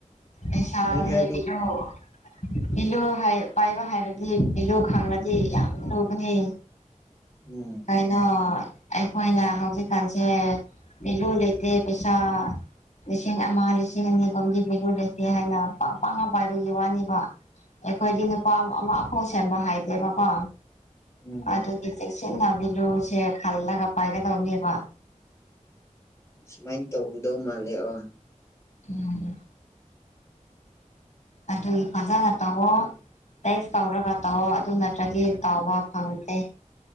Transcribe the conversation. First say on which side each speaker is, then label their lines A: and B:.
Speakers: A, on the left (about 60°); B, on the left (about 20°).
A: ꯄꯩꯁꯥ
B: ꯃꯤ
A: ꯂꯦꯞꯄꯤꯔꫭ
B: ꯈꯔꯗꯤ
A: ꯚꯦꯂꯨ ꯍꯥꯎ ꯄꯥꯏꯕ ꯍꯥꯏꯔꯗꯤ ꯚꯦꯂꯨ ꯈꯪꯉꯗꯤ ꯌꯥꯝ ꯂꯨꯒꯅꯤ
B: ꯎꯝ
A: ꯀꯩꯅꫭ ꯑꯩꯈꯣꯏꯅ ꯍꯧꯖꯤꯛꯀꯥꯟꯁꯦ ꯕꯦꯂꯨ ꯂꯩꯇꯦ ꯄꯩꯁꯥ ꯂꯤꯁꯤꯡ ꯑꯃ ꯂꯤꯁꯤꯡ ꯑꯅꯤꯒꯣꯝꯒꯤ ꯚꯦꯂꯨ ꯂꯩꯇꯦ ꯍꯥꯏꯅ ꯄꯥꯛ ꯄꯥꯛꯅ ꯄꯥꯏꯕꯒꯤ ꯋꯥꯅꯦꯕ ꯑꯩꯈꯣꯏꯗꯤ ꯅꯨꯄꯥ ꯑꯃꯐꯥꯎ ꯁꯦꯝꯕ ꯍꯥꯏꯗꯦꯕꯀꯣ
B: ꯎꯝ
A: ꯑꯗꯨꯗꯤ ꯆꯦꯛꯁꯤꯟ ꯅꯕꯤꯗꯨꯁꯦ ꯈꯜꯂꯒ ꯄꯥꯏꯒꯗꯧꯅꯦꯕ
B: ꯁꯨꯃꯥꯏ ꯇꯧꯗꯧ ꯃꯥꯜꯂꯦ ꯑ
A: ꯎꯝ <unintelligible> ꯑꯗꯨꯒꯤ ꯐꯖꯅ ꯇꯧꯋꯣ ꯇꯦꯛꯁ ꯇꯧꯔꯒ ꯇꯧꯑꯣ ꯑꯗꯨ ꯅꯠꯇ꯭ꯔꯗꯤ ꯇꯧꯕ ꯐꯪꯗꯦ